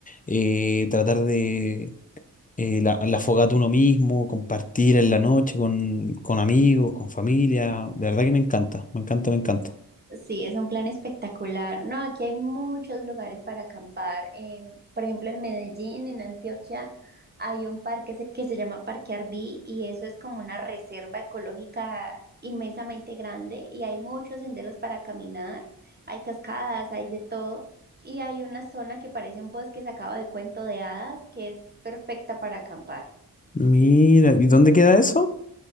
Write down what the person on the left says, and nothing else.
eh, tratar de eh, la, la fogata uno mismo, compartir en la noche con, con amigos, con familia, de verdad que me encanta, me encanta, me encanta.
Mira, ¿y dónde queda eso?